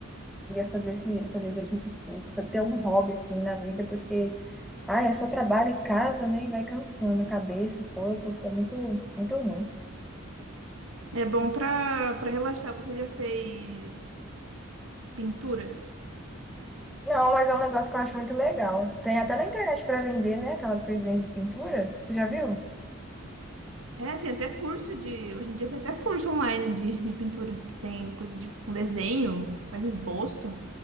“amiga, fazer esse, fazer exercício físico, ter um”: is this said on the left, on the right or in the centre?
Centre